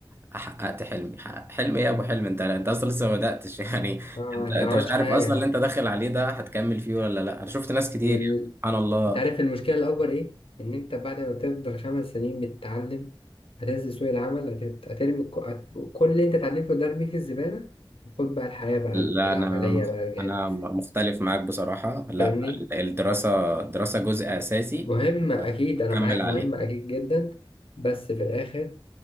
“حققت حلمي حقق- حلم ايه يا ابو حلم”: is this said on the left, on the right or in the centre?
Right